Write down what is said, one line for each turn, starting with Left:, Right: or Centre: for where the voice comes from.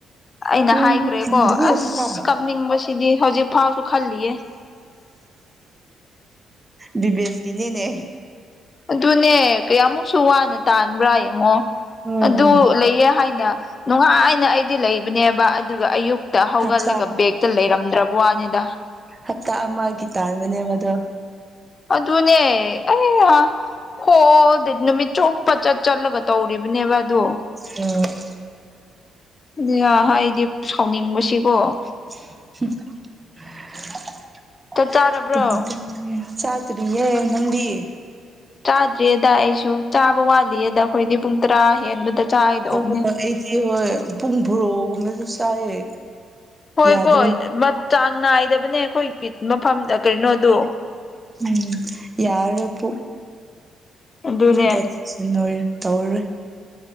Left: ꯑꯩꯅ
Right: ꯎꯝ
Left: ꯍꯥꯏꯈ꯭ꯔꯦꯀꯣ
Right: ꯊꯝꯗ꯭ꯔꯤ ꯍꯧꯖꯤꯛꯐꯥꯎ
Left: ꯑꯁ ꯀꯝꯅꯤꯡꯕꯁꯤꯗꯤ ꯍꯧꯖꯤꯛ ꯐꯥꯎꯁꯨ ꯈꯜꯂꯤꯌꯦ
Right: ꯕꯤꯕꯦꯁꯒꯤꯅꯤꯅꯦ
Left: ꯑꯗꯨꯅꯦ ꯀꯌꯥꯝꯃꯨꯛꯁꯨ ꯋꯥꯅ ꯇꯥꯟꯕ꯭ꯔꯥ ꯌꯦꯡꯉꯣ
Right: ꯎꯝ
Left: ꯑꯗꯨ ꯂꯩꯌꯦ ꯍꯥꯏꯅ ꯅꯨꯡꯉꯥꯏꯅ ꯑꯩꯗꯤ ꯂꯩꯕꯅꯦꯕ ꯑꯗꯨꯒ ꯑꯌꯨꯛꯇ ꯍꯧꯒꯠꯂꯒ
Right: ꯍꯞꯇꯥ
Left: ꯕꯦꯛꯇ ꯂꯩꯔꯝꯗ꯭ꯔꯕ ꯋꯥꯅꯤꯗ
Right: ꯍꯞꯇꯥ ꯑꯃꯒꯤ ꯇꯥꯟꯕꯅꯦꯕ ꯑꯗꯣ
Left: ꯑꯗꯨꯅꯦ ꯑꯩ ꯍꯥ ꯍꯣꯜꯗꯦ ꯅꯨꯃꯤꯠ ꯆꯨꯞꯄ ꯆꯠ ꯆꯠꯂꯒ ꯇꯧꯔꯤꯕꯅꯦꯕ ꯑꯗꯣ
Right: ꯎꯝ
Left: <unintelligible> ꯍꯥꯏꯗꯤ ꯁꯥꯎꯅꯤꯡꯕꯁꯤꯀꯣ
Right: <unintelligible>
Left: ꯆꯥꯛ ꯆꯥꯔꯕ꯭ꯔꯣ
Right: ꯆꯥꯗ꯭ꯔꯤꯌꯦ ꯅꯪꯗꯤ
Left: ꯆꯥꯗ꯭ꯔꯤꯌꯦꯗ ꯑꯩꯁꯨ ꯆꯥꯕ ꯋꯥꯠꯂꯤꯌꯦꯗ ꯑꯩꯈꯣꯏꯗꯤ ꯄꯨꯡ ꯇꯔꯥ ꯍꯦꯟꯕꯗ ꯆꯥꯒꯗꯧꯕꯅꯦ
Right: ꯑ ꯍꯣꯏ ꯑꯩꯗꯤ ꯍꯣꯏ ꯄꯨꯡ ꯚ꯭ꯔꯣ ꯒꯨꯝꯕꯗꯁꯨ ꯆꯥꯏꯌꯦ
Left: ꯍꯣꯏ
Right: ꯌꯥꯗ꯭ꯔꯦ
Left: ꯀꯣ <unintelligible> ꯆꯥꯡ ꯅꯥꯏꯗꯕꯅꯦ ꯑꯩꯈꯣꯏꯒꯤ ꯃꯐꯝꯗ ꯀꯩꯅꯣꯗꯣ
Right: ꯎꯝ ꯌꯥꯔꯔꯣꯏ ꯄꯨꯛ
Left: ꯑꯗꯨꯅꯦ
Right: <unintelligible> ꯇꯧꯔꯦ